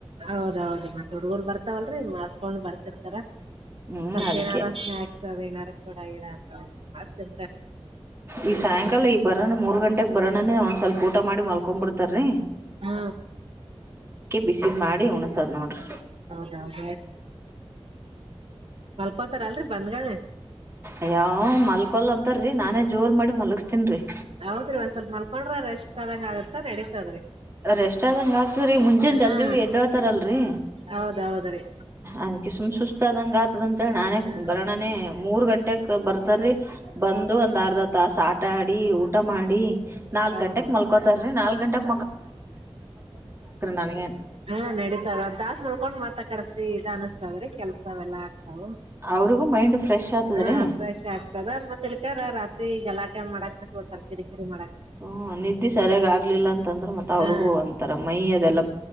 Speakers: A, on the right; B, on the right.
A: ಹೌದೌದು ಮತ್ ಹುಡುಗರ್ ಬರ್ತಾವಲ್ರರಿ ಮಸ್ಕೊಂಡ್ ಬರ್ತಿರ್ತಾರ
B: ಹ್ಮ್
A: ಸ್ವಲ್ಪ
B: ಅದಕ್ಕೆ
A: ಏನಾರ ಸ್ನ್ಯಕ್ ಅದ ಏನಾರ ತೋಡ ಗಿಡ ಅಂತ ಮಾಡ್ ತಿತಾರೆ ಮತ್ತೆ
B: ಈ ಸಾಯಂಕಾಲ ಈ ಬರೋಣ ಮೂರ್ ಗಂಟೆಗೆ ಬೋಣನೆ ಒಂದ್ ಸ್ವಲ್ಪ ಊಟ ಮಾಡಿ ಮಲ್ಕೊ ಬಿಡ್ ತ್ತರ್ರೀ
A: ಹಾ
B: ಬಿಸಿದ್ ಮಾಡಿ ಉಣಸದ್ ನೋಡ್ರಿ
A: ಹೌದೌ ಮಲಕೂತಾರ ಅಲ್ರಿ ಬಂದ್ಗಳೆ
B: ಯಯಾವ ಮಲ್ಕೊಲ್ ಅಂತರೀ ನಾನೇ ಜೋರ್ ಮಾಡಿ ಮಲಗಸ್ತೇನ್ರಿ
A: ಹೌದ್ರಿ ಒಂದ್ ಸ್ವಲ್ಪ ಮಲ್ಕೊಂಡ್ರ ರೇಷ್ಟ್ ಅದಂಗ ಆಗತ್ತ ನಡೀತಾದ್ರೀ
B: ರೆಸ್ಟ್ ಆದಂಗ ಆಗ್ತ್ರರಿ ಮುಂಜನ್ ಜಲ್ದಿ
A: ಹಾ
B: ಎದ್ತಾರಲ್ರಿ
A: ಹೌದೌದ್ರಿ
B: ಅನ್ಕಿ ಸುಮ್ ಸುಸ್ತ ಆದಂಗ ಆತದಂತೇಳಿ ನಾನೇ
A: ಹ್ಮ್
B: ಬರೋಣನೆ ಮೂರ್ ಗಂಟೆಕ್ ಬರ್ತಾರಿ ಬಂದು ಒಂದ್ ಅರ್ಧ ಹತ್ ತಾಸ ಆಟಾಡಿ ಊಟ ಮಾಡಿ ನಾಲ್ಕ
A: ಹೌದು
B: ಗಂಟೆಗೆ ಮಲ್ಕೋತಾರ ರೀ ನಾಲ್ ಗಂಟೆಗೆ ನನಗೆ
A: ಹಾ ನಡೀತಾರ ತಾಸ್ ಮಾಲಕೂಂಡು ಮತ್ತ ಕಡ್ರಿ ಇದ ಅನಿಸ್ತದ್ರೆ ಕೆಲ್ಸಾವ ಎಲ್ಲ ಹ
B: ಅವ್ರಿಗೂ ಮೈಂಡ್ ಫ್ರೆಶ್ ಆತದ್ರೀ
A: ಹ ಫ್ರೆಶ್ ಆಗ್ತದ ಮತ್ತೆ ಇಕ ರಾತ್ರಿ ಗಲಾ ಮಾಡಕ ತೋಡ್ತಾರೆ ಕರಿ ಕರಿ ಮಾಡಕ
B: ಹ್ಮ ನಿದ್ದಿ ಸರಿಯಾಗ ಆಗ್ಲಿಲ್ಲಂತ ಅಂದ್ರ ಮತ್ತ ಅವರಿಗೂ
A: ಹಾ
B: ಒಂತರ ಮೈಯ ಅದೆಲ್ಲ